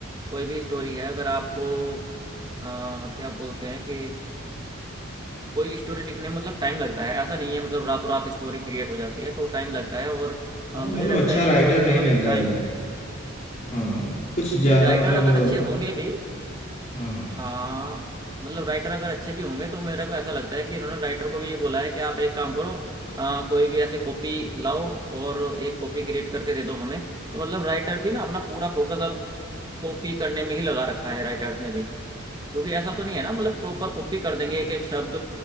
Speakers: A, on the right; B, on the left.
A: कोई भी स्टोरी है अगर आपको अ, क्या बोलते हैं कि कोई स्टोरी लिखने में मतलब टाइम लगता है ऐसा नहीं है मतलब रातों रात स्टोरी क्रिएट हो जाती है तो टाइम लगता है और
B: हाँ
A: अ, मुझे
B: मतलब
A: लगता
B: अच्छा
A: है
B: राइटर
A: ये बॉलीवुड
B: नहीं
A: वाले
B: मिलता
A: टाइम
B: है अभी हाँ कुछ ज्यादा
A: नहीं राइटर
B: मतलब
A: अगर अच्छे होंगे भी
B: हाँ हाँ
A: हाँ मतलब राइटर अगर अच्छे भी होंगे तो मेरे को ऐसा लगता है कि इन्होंने राइटर को भी ये बोला है कि आप एक काम करो अ, कोई भी ऐसे कॉपी लाओ और एक कॉपी क्रिएट करके दे दो हमें तो मतलब राइटर भी ना अपना पूरा फोकस अब कॉपी करने में ही लगा रखा है राइटर्स ने भी क्योंकि ऐसा तो नहीं है ना मतलब प्रॉपर कॉपी कर देंगे एक एक शब्द